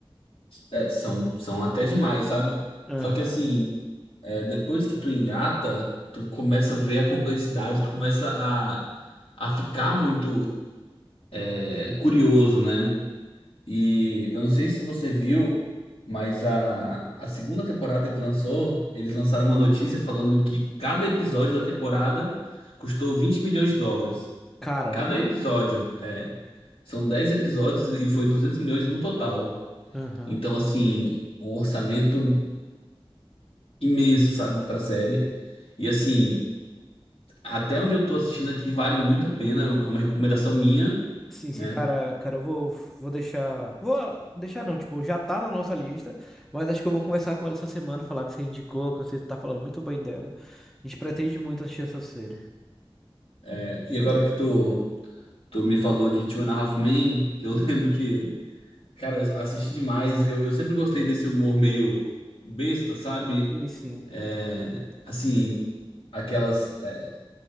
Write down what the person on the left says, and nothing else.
É, são, são até demais, sabe?
Só que assim, é, depois que tu engata, tu começa a ver a complexidade, tu começa a, a ficar muito é, curioso, né? E eu não sei se você viu, mas a, a segunda temporada que lançou, eles lançaram uma notícia falando que cada episódio da temporada custou 20 milhões de dólares.
Cada episódio, é. São 10 episódios e foi 200 milhões no total.
Então, assim, um orçamento imenso, sabe, pra série. E assim, até onde eu tô assistindo aqui, vale muito a pena. É uma recomendação minha,
né?
É, E agora que tu, tu me falou de Two and a Half Men, eu <laughs> lembro que, cara, eu assisti demais. Eu, eu sempre gostei desse humor meio besta, sabe?
É, assim, aquelas. é,